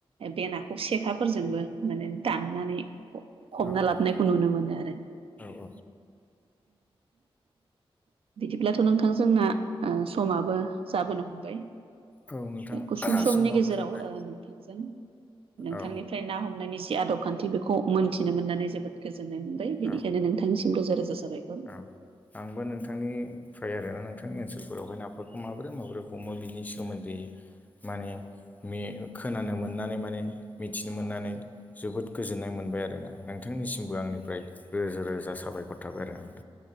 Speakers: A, on the right; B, on the left.
A: बे नाखौ सेखाफोरजोंबो माने दाननानै हमना
B: औ
A: लाबोनायखौ नुनो मोनो आरो
B: औ
A: बिदिब्लाथ' नोंथां जोंना समाबो जाबोनो हमबाय
B: औ नोंथां
A: गुसुं समनि
B: समाबो
A: गेजेराव
B: जाबाय
A: नोंथां नोंथांनिफ्राय
B: औ
A: ना हमनायनि जि आदब खान्थि बेखौ मोनथिनो मोननानै जोबोद गोजोननाय मोनबाय बेनिखायनो
B: औ
A: नोंथांनिसिम रोजा रोजा साबायखर
B: औ आंबो नोंथांनि फ्राय आरोना नोंथांनि ओनसोलफोरावहाय नाफोरखौ माबोरै माबोरै हमो बिनि सोमोन्दै माने खोनानो मोननानै माने मिथिनो मोननानै जोबोद गोजोननाय मोनबाय आरोना नोंथांनिसिमबो आंनिफ्राय रोजा रोजा साबायखर थाबाय आरो आं